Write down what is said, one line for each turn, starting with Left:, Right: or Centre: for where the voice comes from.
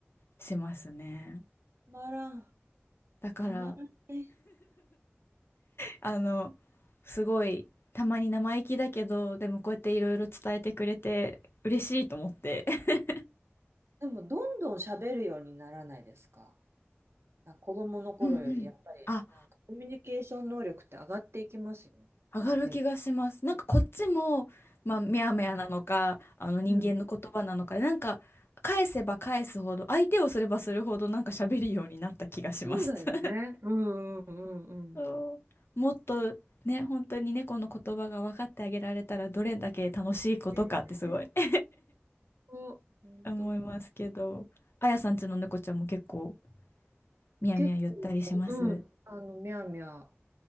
Left: しますね。
Right: たまらん。
Left: だから、
Right: たまらんね。
Left: あの、すごい、たまに生意気だけど、でもこうやっていろいろ伝えてくれて、嬉しいと思って。<laughs>
Right: でも、どんどん喋るようにならないですかなんか子供の頃より、
Left: うんうん。
Right: やっぱり、
Left: あ、
Right: なんかコミュニケーション能力って上がっていきますよね。
Left: 上がる気がします。
Right: 猫。
Left: なんかこっちも、まあ、めやめやなのか、あの人間の言葉なのかで、
Right: うん。
Left: なんか、返せば返すほど、相手をすればするほど、なんか喋るようになった気がします。
Right: そうだよね。
Left: <laughs>
Right: うんうんうんうん。
Left: そうもっと、ね、本当に猫の言葉が分かってあげられたら、どれだけ楽しいことかってすごい
Right: えー、
Left: <laughs>
Right: ほんと、
Left: 思いますけど、
Right: ほほんと
Left: あやさんちの猫ちゃんも結構みやみや言ったりします
Right: 結構、うん、あの、みゃーみゃ